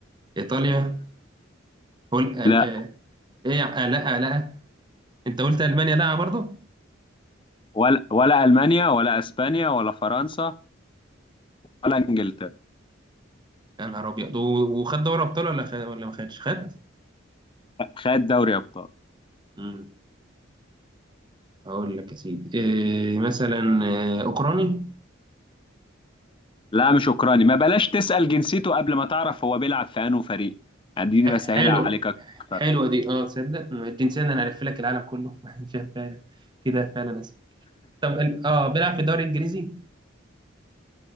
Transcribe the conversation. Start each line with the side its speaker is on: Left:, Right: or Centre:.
Right: ايطاليا هول آه.
Left: لا
Right: آه. ايه يا- آه لا آه لا انت قلت المانيا لا برضه
Left: ولا ولا المانيا ولا اسبانيا ولا فرنسا ولا انجلترا
Right: يا نهار ابيض و- وخد دوري ابطال ولا خد ولا ما خدش خد
Left: خد دوري ابطال
Right: مم. اقول لك يا سيدي إيه مثلا آه، اوكراني
Left: لا مش اوكراني ما بلاش تسال جنسيته قبل ما تعرف هو بيلعب في انه فريق اديني
Right: ح-
Left: بسهلها
Right: حلو
Left: عليك اكتر
Right: حلوة دي اه تصدق معدين سنة انا هلف لك العالم كله <laughs> شايف فعلا كده فعلا اسف طب ال- اه بيلعب في الدوري الانجليزي